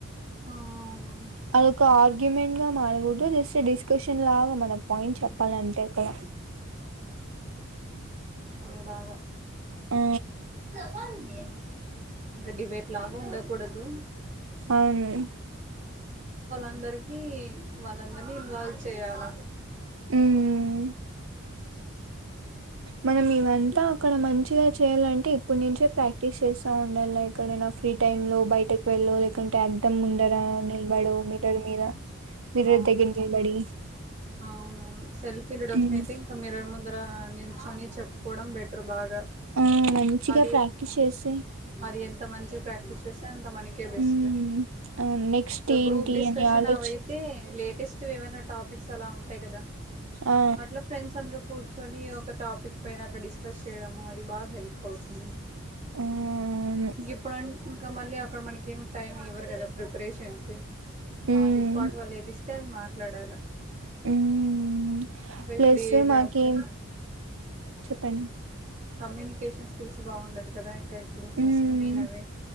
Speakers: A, on the right; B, on the right.
A: ఆ అవునవును
B: అదొక ఆర్గ్యుమెంట్ గా మారకూడదు జస్ ట్ డిస్కషన్ లాగా మన పాయింట్ చెప్పాలి అంతే అక్కడ.
A: మీలాగ.
B: ఆ
A: మ ఇంగ డిబేట్లాగా ఉండకూడదు.
B: అవును
A: అందరికి వాళ్ళందరినీ ఇన్వాల్వ్ చేయాల
B: ఉమ్ మనం ఇవంతా అక్కడ మంచిగా చేయాలంటే ఇప్పుడు నుంచే ప్రాక్టీస్ చేస్తా ఉండాలి ఎక్కడైనా ఫ్రీ టైమ్ లో బయటకు వెళ్ళో లేకుంటే, అద్దం ముందరా నిలబడో మీర్రర్ మీద, మిర్రర్
A: ఆ
B: దగ్గర నిలబడి
A: అవునవును సెల్ఫ్ ఇంట్రడక్షన్
B: ఉమ్.
A: అయితే ఇంకా మిర్రర్ ముందరా నిల్చోని చెప్పుకోవడం బెటర్ బాగా
B: ఆ మంచిగా
A: అది
B: ప్రాక్టీస్ చేస్తే
A: అది ఎం త మంచిగ ప్రాక్టీస్ చేస్తే అంత మనకే బెస్ట్
B: హ్మ్. అవును. నెక్స్ట్
A: దు
B: ఏంటి
A: గ్రూప్ డిస్కషన్
B: అని ఆలోచి
A: అవై తే లేటెస్ట్ ఏమైనా టాపిక్స్ అలా ఉంటాయి కదా
B: ఆ!
A: అట్లా ఫ్రెండ్స్ అందరు కూర్చొని ఒక టాపిక్ పైన అట్లా డిస్కస్ చేయడము అది బాగా హెల్ప్ అవుతుంది.
B: అవును.
A: గిప్పుడం ఇంకా మళ్ళీ అక్కడ మనకి ఏమి టైం ఇవ్వరు కదా preparation
B: hmm.
A: on the Spot వాళ్ళు ఏది ఇస్తే అది మాట్లాడాల
B: హ్మ్.
A: ఇగో
B: ప్లస్
A: ఇప్పుడు ఏ జాబ్కాయిన
B: మాకేం
A: ఆ
B: చెప్పండి.
A: కమ్యూనికేషన్ స్కిల్స్ బాగుండాలి కదా ఇంకా ఇప్పుడు
B: హ్మ్.
A: ఫస్ట్ మెయిన్ అవే.